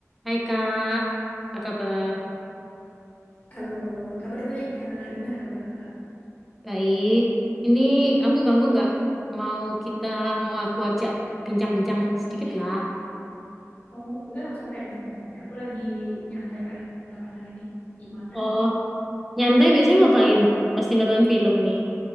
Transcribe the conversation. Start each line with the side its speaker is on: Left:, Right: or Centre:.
Centre: Hai Kak, apa kabar?
Left: Halo, kabar baik Kak. Gimana kabar Kakak?
Centre: Baik. Ini aku ganggu nggak? Mau kita, mau aku ajak bincang-bincang sedikit lah.
Left: Oh, enggak, santai aja, santai aja. Aku lagi nyantai kayak belakangan ini. Gimana?
Centre: Oh, nyantai biasanya ngapain? Pasti nonton film nih.